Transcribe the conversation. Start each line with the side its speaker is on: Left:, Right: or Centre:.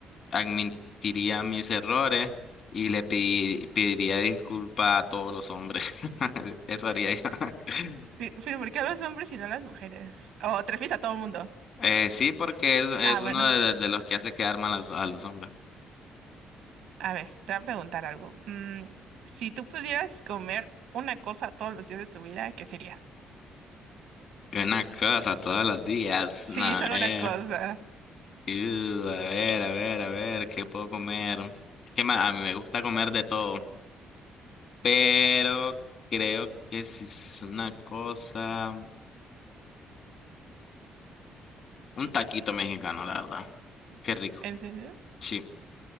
Left: admitiría mis errores y le pedi- pediría disculpas a todos los hombres. <laughs> Eso haría yo. <laughs>
Right: Pe- Pero ¿por qué a los hombres y no a las mujeres? O te refieres a todo el mundo.
Left: Eh, sí, porque es,
Right: Ah,
Left: es uno
Right: bueno.
Left: de, de los que hace quedar mal a los, a los hombres.
Right: A ver, te voy a preguntar algo. Mm, si tú pudieras comer una cosa todos los días de tu vida, ¿qué sería?
Left: Y Una cosa todos los días.
Right: Sí,
Left: No,
Right: solo
Left: eh.
Right: una cosa.
Left: Uh, a ver, a ver, a ver, ¿qué puedo comer? Es que ma- a mí me gusta comer de todo, pero creo que si es una cosa, un taquito mexicano, la verdad. Qué rico.
Right: ¿En serio?
Left: Sí.